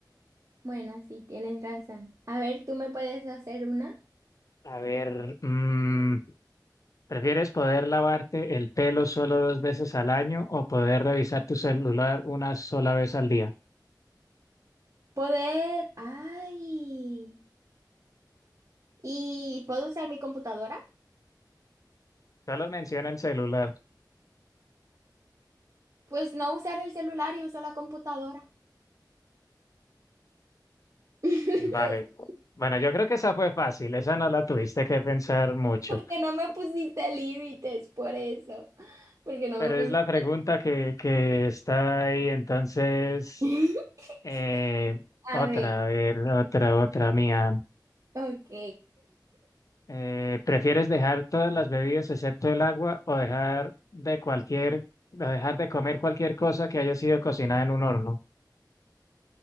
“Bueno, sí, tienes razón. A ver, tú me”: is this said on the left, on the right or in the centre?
Right